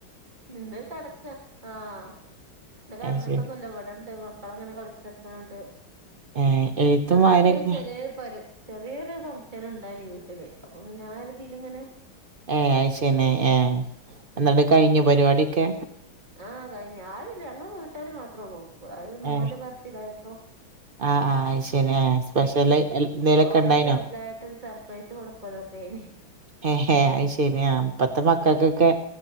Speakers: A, on the right; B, on the right.
A: ഇന്ന് കടക്ക ആഹ് ഇന്ന് കടന്നിട്ടൊന്നുല്ല
B: അയ് ശരി
A: ഇവിടെണ്ട് മ മക്കളങ്ങനെ കളിച്ചടക്ക്ണ്ണ്ട്
B: ഏഹ് എഴുത്തും
A: ഇന്നൊന്നാമത്
B: വായനൊക്കെ
A: ചെറിയെരു പരു ചെറിയൊരു ഫംഗങ്ഷൻ ഉണ്ടായിനി വീട്ടില് അപ്പൊ പിന്നെ ആരുതില് ഇങ്ങനെ
B: ഏഹ് അയ്ശെരി ഏഹ് എന്നിട്ട് കയ്ഞ്ഞോ പരിപാടിയൊക്കെ
A: ആഹ് കയിഞ്ഞ് ആരുല്ല ഞങ്ങള് വീട്ടാര് മാത്രേള്ളൂ പ്പ് അത് മോന്റെ
B: ഏഹ്
A: ബർത്ത്ഡേയപ്പോ
B: ആഹ് ആഹ് അത് ശരി ആഹ് സ്പെഷ്യല്
A: അഹ്
B: എൽ- എന്തേലൊക്കെ
A: ഓന്
B: ഉണ്ടായിനോ?
A: ചെറുതായിട്ടൊരു സർപ്രൈസ് കൊടു <unintelligible>
B: ഹേ ഹേ അയ്ശരി ആഹ് ഇപ്പത്തെ മ ക്കൊക്കെ